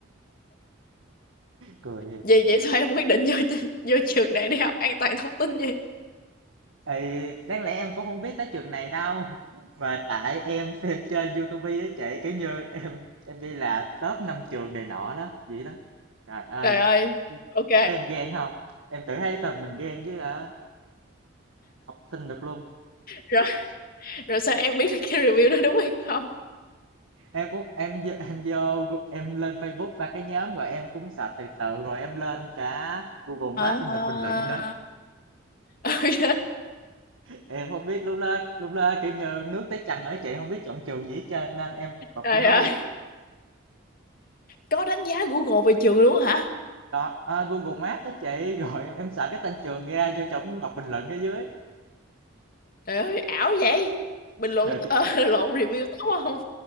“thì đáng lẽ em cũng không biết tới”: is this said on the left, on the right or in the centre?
Right